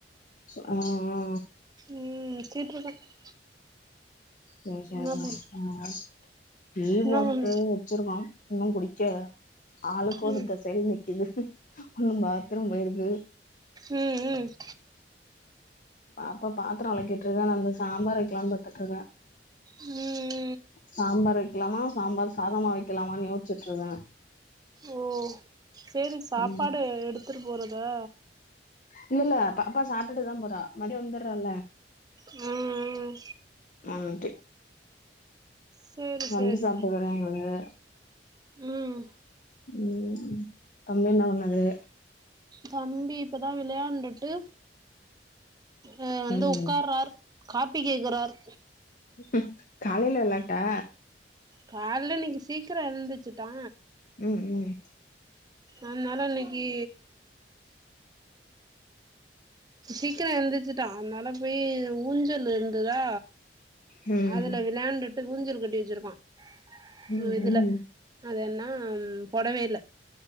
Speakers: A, on the left (about 45°); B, on the right (about 20°).
A: சு ஆ ஆ
B: ம் <unintelligible>
A: சேரி சேரி
B: என்ன பண்
A: மா ஆ நீயே
B: என்ன
A: ஓட்டு
B: பண்
A: வச்சிருக்கோ இன்னு குடிக்கல ஆளுக்கு
B: ம்
A: ஒரு தெசைல நிக்குது ஒன்னு பாத்ரூம் போயிருக்கு
B: ம் ம்
A: பாப்பா பாத்ரோ வெளக்கிட்ருக்கா நா இந்த சாம்பார் வைக்லான் பாத்துட்ருக்கே
B: ம்
A: சாம்பார் வைக்லாமா சாம்பார் சாதமா வைக்லாமான்னு யோஸ்சிட்ருந்தே
B: ஓ சேரி சாப்பாடு
A: ம்
B: எடுத்துட்டு போறதா
A: இல்ல இல்ல பாப்பா சாப்ட்டுட்டு தா போறா மதியோ வந்துர்றால்ல
B: ம் ம்
A: <unintelligible>
B: சேரி
A: வந்து
B: சேரி
A: சாப்புட்றேங்குது
B: ம்
A: ம் தம்பி என்ன பண்ணுது
B: தம்பி இப்பதா விளையாண்டுட்டு அ வந்து
A: ம்
B: உக்கார்றார் காப்பி கேக்குறார்
A: ம் காலைல வெளாட்டா
B: கால்ல இன்னைக்கு சீக்கரோ எழுந்திரிச்சுட்டா
A: ம் ம்
B: அதனால இன்னைக்கு சீக்கரோ எழுந்திரிச்சுட்டா அதனால போயி ஊஞ்சல் இருந்துதா
A: ம்
B: அதுல விளையாண்டுட்டு ஊஞ்சல் கட்டி வச்சிருக்கோ
A: ம்
B: ஒ இதுல
A: ம்
B: அது என்னா பொடவைல